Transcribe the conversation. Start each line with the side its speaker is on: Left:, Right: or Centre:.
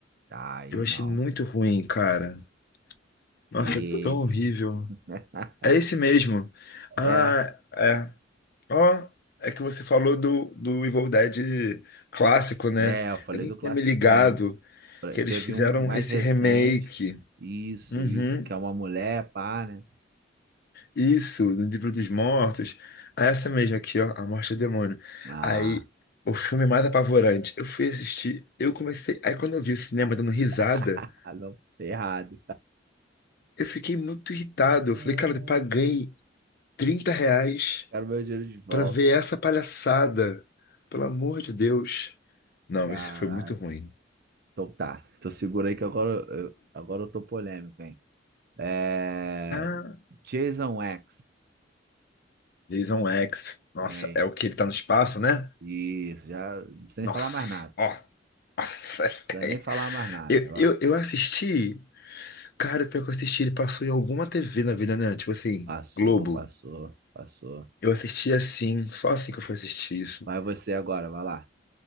Right: Tá aí
Left: Eu achei
Right: não,
Left: muito
Right: pô.
Left: ruim, cara. Nossa,
Right: Eita.
Left: é tão horrível.
Right: <laughs>
Left: É esse mesmo. Ah,
Right: É,
Left: é. Ó, é que você falou do, do Evil Dead clássico, né?
Right: é, eu falei
Left: Eu nem
Right: do
Left: tinha
Right: classicão.
Left: me ligado
Right: Falei,
Left: que
Right: Teve
Left: eles fizeram
Right: um mais
Left: esse
Right: recente.
Left: remake.
Right: Isso,
Left: Uhum.
Right: isso, que é uma mulher, pá, né?
Left: Isso, no livro dos mortos. Ah, Essa mesmo aqui, ó, A Morte do Demônio.
Right: Ah,
Left: Aí, o filme mais apavorante. Eu fui assistir, eu comecei. Aí, quando eu vi o cinema dando risada,
Right: <laughs> não, errado.
Left: eu fiquei muito irritado.
Right: Ah,
Left: Eu falei, cara, eu paguei 30 reais
Right: Quero meu dinheiro de volta.
Left: pra ver essa palhaçada. Pelo amor de Deus. Não,
Right: Caraca.
Left: esse foi muito ruim.
Right: Então tá. Então segura aí que agora eu, agora eu tô polêmico, hein? É...
Left: Ah.
Right: Jason X.
Left: Jason X. Nossa,
Right: E aí?
Left: é o que ele tá no espaço, né?
Right: Isso, já não precisa nem
Left: Nossa,
Right: falar mais nada. Não
Left: ó. Nossa, <laughs>
Right: precisa nem falar mais nada.
Left: eu,
Right: Ó,
Left: eu, eu assisti. Cara, pior que eu assisti, ele passou em alguma TV na vida, né? Tipo assim,
Right: Passou,
Left: Globo.
Right: passou, passou.
Left: Eu assisti assim, só assim que eu fui assistir isso.
Right: Vai você agora, vai lá.